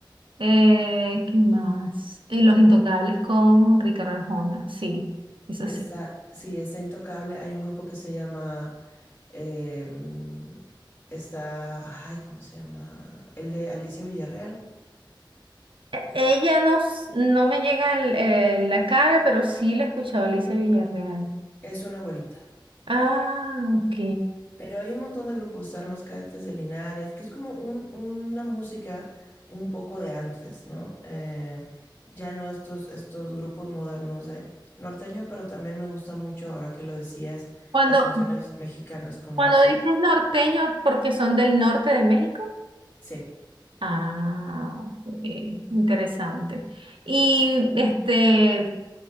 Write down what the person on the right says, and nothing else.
Eh, ¿qué más? Y Los Intocables con Ricardo Arjona. Sí, eso
sí.
E- Ella no, s- no me llega el- eh, la cara, pero sí la he escuchado a Alicia Villarreal.
Ah, ok.
Cuando,
Cuando
dices norteño es porque son del norte de México.
Ah, ok, interesante. Y este,